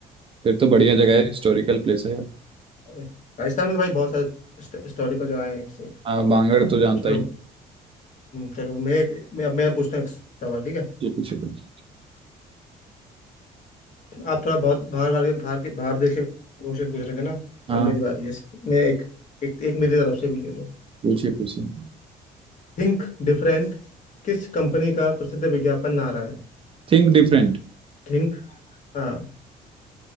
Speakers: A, on the right; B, on the left.
A: फिर तो बढ़िया जगह
B: हम्म,
A: है हिस्टोरिकल प्लेस है यार।
B: अरे राजस्थान में तो भाई बहुत सारे हिस्टोरिकल जगह है एक से एक
A: हाँ बांगड़ तो जानता
B: चलो
A: ही
B: हम्म, चलो मैं एक मैं अब मैं पूछता हूँ एक सवाल ठीक है
A: ये पूछिए पूछिए।
B: आप थोड़ा बहुत बाहर बाहर के बाहर के बाहर देश के क्वेश्चन पूछ रहे थे ना तो
A: हाँ
B: अब मेरी बारी है मैं एक एक, एक मेरी तरफ से भी ले लो
A: पूछिए पूछिए
B: थिंक डिफरेंट किस कंपनी का प्रसिद्ध विज्ञापन नारा है
A: Think different
B: थिंक हाँ